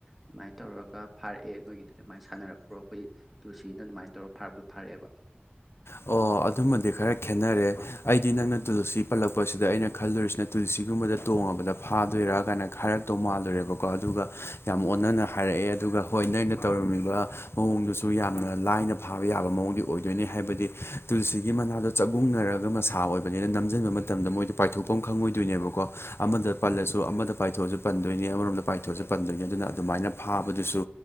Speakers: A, in the centre; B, on the left.
A: ꯑꯗꯨꯃꯥꯏꯅ ꯇꯧꯔꯒ ꯐꯥꯔꯛꯑꯦ ꯅꯣꯏꯒꯤꯗꯨ ꯑꯗꯨꯃꯥꯏꯅ ꯁꯥꯟꯅꯔꯛꯄ꯭ꯔꯣ ꯑꯩꯈꯣꯏ ꯇꯨꯜꯁꯤꯅ ꯑꯗꯨꯃꯥꯏ ꯇꯧꯔ ꯐꯥꯔꯛꯄꯗꯣ ꯐꯥꯔꯛꯑꯦꯕ
B: ꯑꯣ ꯑꯗꯨꯃꯗꯤ ꯈꯔ ꯈꯦꯟꯅꯔꯦ ꯑꯩꯗꯤ ꯅꯪꯅ ꯇꯨꯜꯁꯤ ꯄꯜꯂꯛꯄꯁꯤ ꯑꯗ ꯑꯩꯅ ꯈꯜꯂꯨꯔꯤꯁꯤꯅ ꯇꯨꯜꯁꯤꯒꯨꯝꯕꯗ ꯇꯣꯡꯉꯕꯗ ꯐꯥꯗꯣꯏꯔꯥ ꯀꯥꯏꯅ ꯍꯥꯏꯔꯛꯇꯧ ꯃꯥꯜꯂꯣꯏꯨꯔꯦꯕꯀꯣ ꯑꯗꯨꯒ ꯌꯥꯝ ꯑꯣꯟꯅꯅ ꯍꯥꯏꯔꯛꯑꯦ ꯑꯗꯨꯒ ꯍꯣꯏ ꯅꯣꯏꯅ ꯇꯧꯔꯝꯃꯤꯕ ꯃꯑꯣꯡꯗꯨꯁꯨ ꯌꯥꯝꯅ ꯂꯥꯏꯅ ꯐꯥꯕ ꯌꯥꯕ ꯃꯑꯣꯡꯗꯤ ꯑꯣꯏꯗꯣꯏꯅꯤ ꯍꯥꯏꯕꯗꯤ ꯇꯨꯜꯁꯤꯒꯤ ꯃꯅꯥꯗꯣ ꯆꯥꯛꯒꯨꯡꯅꯔꯒ ꯃꯁꯥ ꯑꯣꯏꯕꯅꯤꯅ ꯅꯝꯁꯤꯟꯕ ꯃꯇꯝꯗ ꯃꯣꯏꯗꯣ ꯄꯥꯏꯊꯣꯛꯐꯝ ꯈꯪꯉꯣꯏꯗꯣꯏꯅꯦꯕꯀꯣ ꯑꯃꯗ ꯄꯜꯂꯁꯨ ꯑꯃꯗ ꯄꯥꯏꯊꯣꯛꯑꯁꯨ ꯄꯟꯗꯣꯏꯅꯤ ꯑꯃꯔꯣꯝꯗ ꯄꯥꯏꯊꯣꯛꯑꯁꯨ ꯄꯟꯗꯣꯏꯅꯤ ꯑꯗꯨꯅ ꯑꯗꯨꯃꯥꯏꯅ ꯐꯥꯕꯗꯨꯁꯨ